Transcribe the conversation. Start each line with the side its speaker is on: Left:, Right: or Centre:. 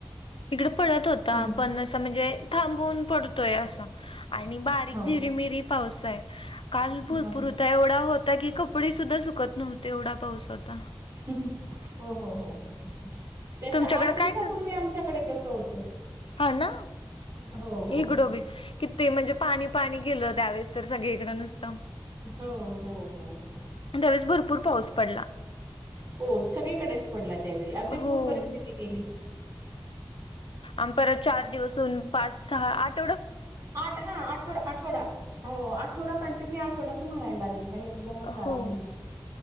Left: हिकडं पडत होता
Right: हम्म
Left: पण अस म्हणजे थांबवून पडतोय असा आणि बारीक
Right: हो
Left: झिरीमिरी
Right: हो
Left: पाऊस आहे काल
Right: हो
Left: भरपूर
Right: हो
Left: होता एवढा होत आता की कपडे सुद्धा सुकत नव्हते एवढा पाऊस होता
Right: हो हो हो हो हो हो. त्याच्या
Left: तुमच्याकडे
Right: आठ दिवसापूर्वी
Left: काय कर
Right: आमच्याकडे तसं होतं.
Left: हा ना.
Right: हो हो
Left: इकडं
Right: हो.
Left: किती म्हणजे पाणी पाणी केेलं त्यावेळेस तर सगळीकडं नुसतं.
Right: हो हो हो हो
Left: त्यावेळेस भरपूर पाऊस पडला
Right: हो सगळीकडेच पडला त्यावेळी, अगदी
Left: हो.
Right: पूर परिस्थिती केली.
Left: आणि परत चार दिवसून पाच सहा आठ
Right: आठ हां आठवड आठवडा हो आठवडा कंटिन्यू आठवडाच म्हणायला लागेल. त्याने एकदमच आराम
Left: हो
Right: दिला.